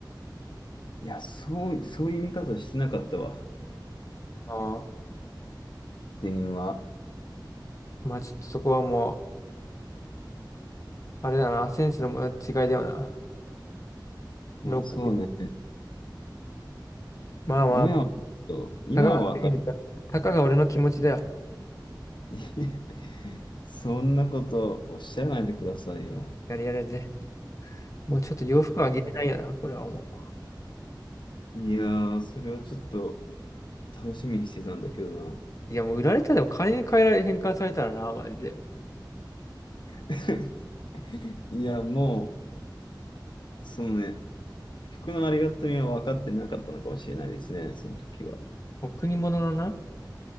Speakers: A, on the left; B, on the left.
A: いや、そう、そういう見方してなかったわ。
B: ああ。
A: デニムは。
B: まあちょっとそこはもう、あれだな、センスの違いだよな。
A: まあそうね。
B: ロープまあまあ、
A: 今は、ちょっと今はわかる。
B: たかが、たかが俺の気持ちだよ。
A: <laughs> いやそんなことおっしゃらないでくださいよ。
B: やれやれぜ。もうちょっと洋服はあげれないよな、これはもう。
A: いやー、それはちょっと。楽しみにしてたんだけどな。
B: いや、もう売られたでも金に変えられ、変換されたらな、マジで。
A: <laughs> いや、もう、そのね、服のありがたみは分かってなかったのかもしれないですね、その時は。
B: 贈り物のな、